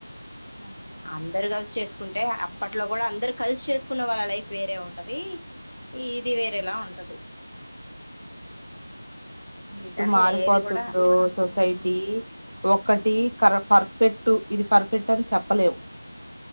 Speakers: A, on the right (about 60°); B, on the left (about 40°).
A: అంతే
B: అందరు కలిసి చేసుకుంటే అప్పట్లో కూడా అందరు కలిసి చేసుకున్న వాళ్ళ లైఫ్ వేరే ఉంటది ఇది వేరేలా ఉంటది
A: ఎటు
B: కానీ
A: మారిపోతుందో
B: ఏది కూడా
A: సొసైటీ
B: ఉమ్
A: ఒకటి కర్ పర్ఫెక్ట్ ఇది పర్ఫెక్ట్ అని చెప్పలేము